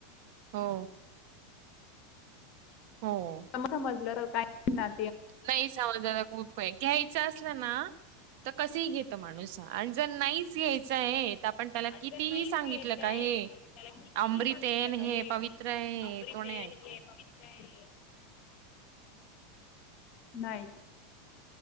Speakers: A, on the right; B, on the left.
A: हो हो
B: समजलं काय म्हणार
A: नाही समज घ्यायच असलं ना तर कस घेत माणूस आणि जर नाही घ्यायच आहे आपण त्याला
B: आणि
A: कितीही
B: जर नाहीच
A: सांगितलं
B: घ्यायचंय
A: का हे
B: तर आपण त्याला कितीही
A: अमृत
B: सांगितलं
A: आहे आणि
B: का हे
A: पवित्र आहे
B: अमृतन
A: तो नाही ऐकणार.
B: हे पमित्राय नाही.